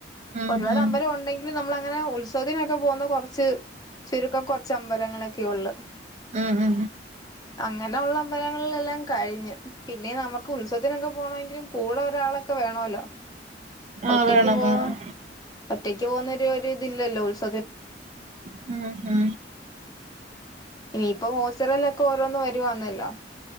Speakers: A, on the right; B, on the left.
A: ഉം
B: ഒരുപാട്
A: ഉം
B: അമ്പലം ഉണ്ടെങ്കിലും നമ്മള് അങ്ങനെ ഉത്സവത്തിനൊക്കെ പോന്നെ കൊറച്ച് ചുരുക്കം കുറച്ച് അം മ്പലങ്ങളൊക്കെയൊള്ള്
A: ആ ആ
B: ന്നെ ഒള്ള അമ്പലങ്ങളിലെല്ലാം കഴിഞ്ഞു പിന്നെ നമുക്ക് ഉത്സവത്തിനൊക്കെ പോണമെങ്കില് കൂടെ ഒരാളൊക്കെ വേണമല്ലോ
A: ആഹ്
B: ഒറ്റക്ക്
A: വേണം
B: പോകാം
A: വേണം
B: ഒറ്റക്ക് പോന്ന ൻ്റെ ഒരു ഇതില്ലല്ലോ ഉൽസ
A: മ് മ്
B: ഏയ് ഇപ്പോൾ ഓച്ചിറയിലൊക്കെ ഓരോന്ന് വരുവാണല്ലോ